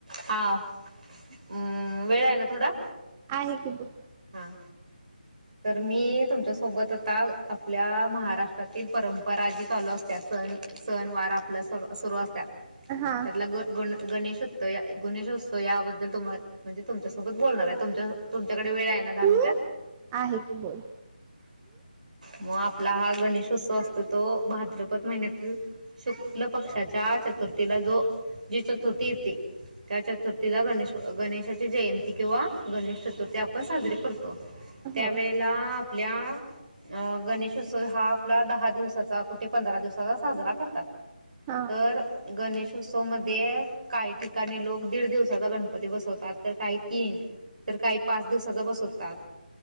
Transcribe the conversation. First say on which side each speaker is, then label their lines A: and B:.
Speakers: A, on the right; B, on the right.
A: हां-अं वेळ आहे ना थोडा?
B: आहे की बुक
A: हां तर मी तुमच्या सोबत आता आपल्या महाराष्ट्रातील परंपरा जी चालू असत्या सण- सणवार आपला सुरू असत- त्यात
B: हा
A: त्यातला गं गण-गणेश तर या गणेशोत्सव याबद्दल तुम्हा म्हणजे तुमच्यासोबत बोलणार हाय. तुमच्या तुमच्याकडे वेळ आहे ना दहा
B: हम्म
A: मिनिटां-
B: आहे की बोल.
A: मग आपला हा गणेशोत्सव असतो तो भाद्रपद महिन्यातील शुक्ल पक्षाच्या चतुर्थीला जो जी चतुर्थी येते त्या चतुर्थीला गणेश गणेशाची जयंती किंवा गणेश चतुर्थी आपण साजरी- करतो. त्यावेेळेला
B: हो
A: आपल्या अं गणेशोत्सव हा आपला दहा दिवसाचा कुठे पंधरा दिवसाचा साजरा करतात.
B: हा हा
A: तर गणेशोत्सवमध्ये काही ठिकाणी लोक दीड दिवसाचा गणपती बसवतात, तर काही तीन तर काही पाच दिवसाचा बसव तात